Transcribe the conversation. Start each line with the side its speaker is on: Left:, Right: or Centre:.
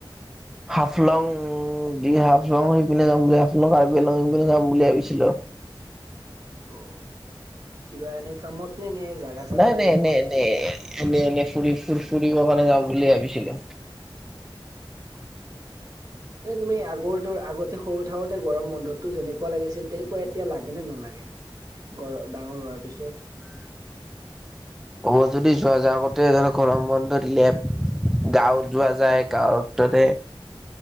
Centre: হাফলং দি হাফলং সেই পিনে যাম বুলি ভাবিছিলোঁ কাৰ্বিআংলং সেই পিনে যাম বুলি ভাবিছিলোঁ।
Right: অঁ। কিবা এনে কামত নে নে জাগা চাম
Centre: নাই
Right: বুলিয়ে
Centre: নাই
Right: যাবা
Centre: এনেই এনেই এনেই এনে ফু ফু ফুৰিব কাৰণে যাম বুলি ভাবিছিলোঁ। <inaudible>
Right: এই তুমি আগৰ দৰে আগতে সৰু থাকোঁতে গৰম বন্ধতো যেনেকুৱা লাগিছিল তেনেকুৱা এতিয়া লাগে নালাগে? গৰ ডাঙৰ হোৱাৰ পিছত
Centre: হ'ব যদি যোৱা যায় আগতে ধৰক গৰম বন্ধ দিলে গাঁৱত যোৱা যায় গাঁৱত তাতে